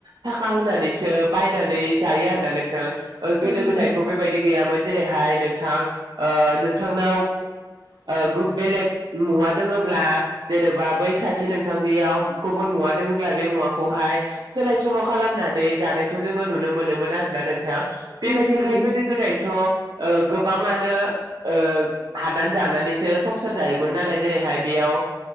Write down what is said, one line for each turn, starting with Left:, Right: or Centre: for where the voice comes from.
Right: थाखा होनानैसो बायनानै जायो आरोना नोंथां
Left: उम
Right: गोदो
Left: उम
Right: गोदायथ' बेबायदि गैयामोन जेरैहाय नोंथां नोंथांनाव ओ गु बेलेग मुवा दोङोब्ला जेनेबा बै सासे नोंथांनियाव गुबुन मुवा दोङोब्ला बे मुवाखौहाय सोलाय सोल' खालामनानै जानायखौ जोङो नुनो मोनोमोन आरोना नों थां बेबायदिहाय
Left: उम उम उम
Right: गोदो गोदायथ' ओ गोबाङानो ओ हादान जानानैसो संसार जायोमोन नालाय जेरैहाय बेयाव याव